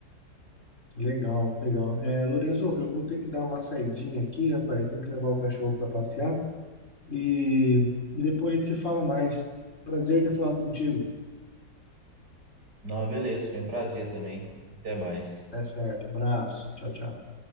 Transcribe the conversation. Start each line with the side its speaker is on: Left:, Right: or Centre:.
Left: Legal, legal. É, Lorenzo, eu vou ter que dar uma saidinha aqui, rapaz. Tem que levar o cachorro para passear. E, e depois a gente se fala mais. Prazer ter falado contigo.
Right: não, beleza, foi um prazer também. Até mais.
Left: Tá certo. Abraço. Tchau, tchau.